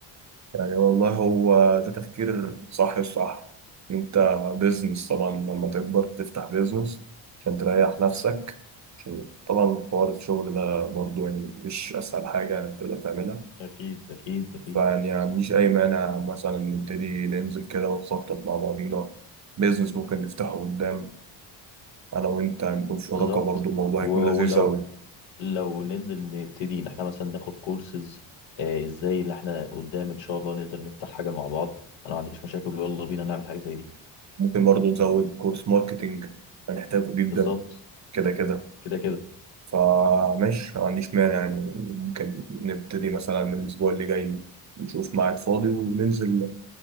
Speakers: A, on the right; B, on the left.
A: يعني والله هو ده تفكير صح الصح انت بيزنس طبعا لما تكبر تفتح بيزنس عشان تريح نفسك عشان طبعا حوار الشغل ده برضو يعني مش اسهل حاجة تقدر تعملها
B: اكيد اكيد اكيد
A: فيعني ما عنديش اي مانع مثلا نبتدي ننزل كده ونخطط مع بعضينا بيزنس ممكن نفتحه قدام انا وانت هنكون شركاء
B: بالظبط
A: برضو الموضوع
B: و-
A: هيكون لذيذ
B: ولو
A: اوي
B: لو ننزل نبتدي ان احنا مثلا ناخد كورسز آه ازاي ان احنا قدام ان شاء الله نقدر نفتح حاجه مع بعض انا ما عنديش مشاكل يلا بينا نعمل حاجه زي دي
A: ممكن برضو نزود كورس ماركتينج هنحتاجه جدا
B: بالظبط
A: كده كده
B: كده كده
A: فماشي ما عنديش مانع يعني ممكن نبتدي مثلا من الأسبوع اللي جاي نشوف ميعاد فاضي وننزل